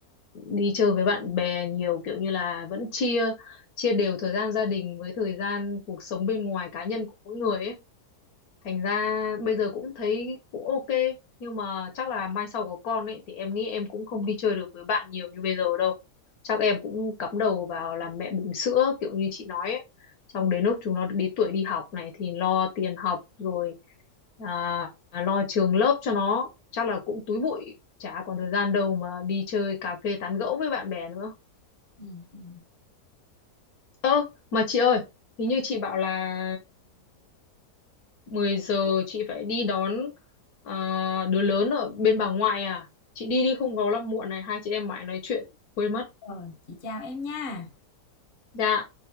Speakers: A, on the left (about 65°); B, on the left (about 40°).
A: đi chơi với bạn bè nhiều kiểu như là vẫn chia chia đều thời gian gia đình với thời gian cuộc sống bên ngoài cá nhân của mỗi người ấy thành ra bây giờ cũng thấy cũng ok nhưng mà chắc là mai sau có con ấy thì em nghĩ em cũng không đi chơi được với bạn nhiều như bây giờ đâu chắc em cũng cắm đầu vào làm mẹ bỉm sữa kiểu như chị nói ấy xong đến lúc chúng nó đi tuổi đi học này thì lo tiền học rồi à, lo trường lớp cho nó chắc là cũng túi bụi chả còn thời gian đâu mà đi chơi cà phê tán gẫu với bạn bè nữa
B: ừ, ừ.
A: Ơ, mà chị ơi, hình như chị bảo là 10 giờ chị phải đi đón à, đứa lớn ở bên bà ngoại à? Chị đi đi không có là muộn này, hai chị em mãi nói chuyện, quên mất.
B: rồi chị chào em nha
A: Dạ.